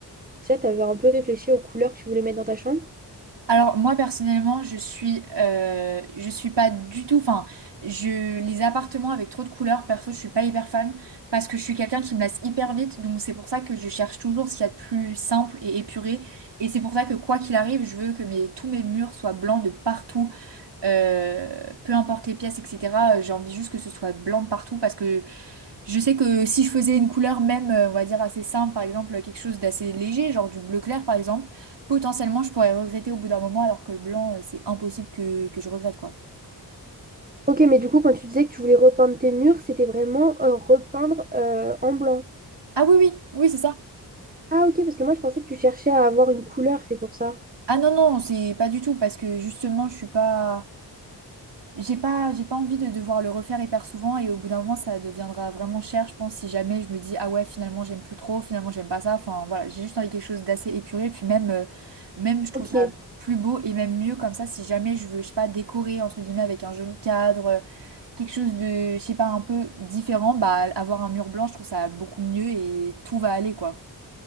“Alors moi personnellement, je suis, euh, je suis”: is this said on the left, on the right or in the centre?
Right